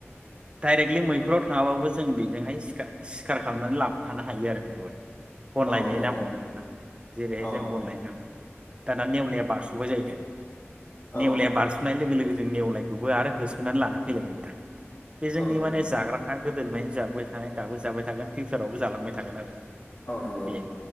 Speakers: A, on the right; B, on the left.
A: ड-डाइरेक्टलि मैहुराव थाङाबाबो जों बिजोंहाय सिखा-सिखार खालामनानै लाबफ्फानो हायो आरो बिखौहाय। बन लायनाय
B: औ औ नंगौ
A: नामाव। थाङ जेरैहाय
B: औ
A: जों बन लायनो थाङ दाना नेवलाया बारस'बाय जाहैदों।
B: औ
A: नेवलाया बारस' नाय लोगो लोगो जों नेवलायखौबो आरो होसोनानै लाना फैलायगोन नोंथां। बे जोंनि
B: औ नंगौ
A: माने जाग्रा हा गोदोनिफायनो जाबोबाय थानाय दाबो जाबाय थागोन फिउचारावबो जालांबाय थागोन आरो।
B: औ नंगौ
A: बे
B: औ।